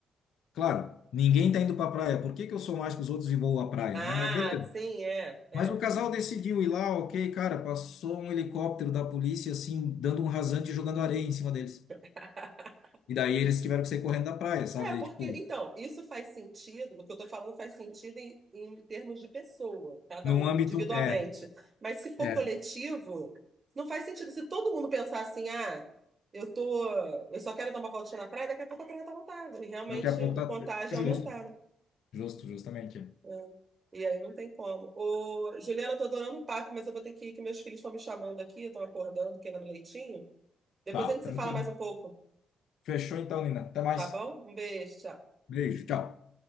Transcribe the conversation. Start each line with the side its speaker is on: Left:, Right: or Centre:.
Left: Claro, ninguém tá indo pra praia, por que que eu sou mais que os outros e vou à praia,
Right: Ah,
Left: né? Mas beleza.
Right: sim, é, é,
Left: Mas o casal
Right: sim.
Left: decidiu ir lá, ok, cara, passou um helicóptero da polícia, assim, dando um rasante e jogando areia em cima deles.
Right: <laughs>
Left: E daí eles tiveram que sair correndo da praia, sabe?
Right: É, porque,
Left: E, tipo,
Right: então, isso faz sentido, o que eu tô falando faz sentido em, em termos de pessoa, cada
Left: num
Right: um,
Left: âmbito,
Right: individualmente.
Left: é,
Right: Mas se for
Left: é,
Right: coletivo, não faz sentido. Se todo mundo pensar assim, ah, eu tô, eu só quero dar uma voltinha na praia, daqui a pouco a praia tá lotada, e realmente
Left: daqui a pouco
Right: o
Left: tá
Right: contágio
Left: justo,
Right: aumentar, né?
Left: justo, justamente. é.
Right: É. E aí não tem como. Ô, Juliana, eu tô adorando o papo, mas eu vou ter que ir, que meus filhos estão me chamando aqui, estão acordando, querendo um leitinho. Depois
Left: Tá,
Right: a gente
Left: tranquilo.
Right: se fala mais um pouco,
Left: Fechou então, Nina. Até mais.
Right: tá bom? Um beijo, tchau.
Left: Beijo. Tchau.